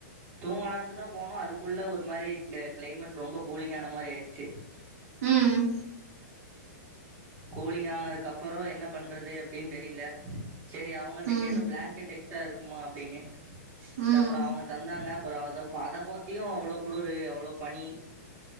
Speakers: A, on the right; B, on the right.
A: தூங்லாண்ட்டுதா போனோ அதுக்குள்ள ஒரு மாரி க் கிளைமேட் ரொம்ப கூலிங் ஆன மாரி ஆயிடுச்சு
B: ம்
A: கூலிங் ஆனதுக்கப்பற என்ன பண்றது அப்படினு தெரில செரி அவ்ங்கள்ட்ட
B: ம்
A: கேட்டு பிளாங்கெட்ட தா இருக்குமா அப்டின்னு
B: ம்
A: அப்றோ அவ்ங்க தந்தாங்க அப்பற அதப் ப அதப் போத்தியு அவளோ குளிரு அவ்ளோ பனி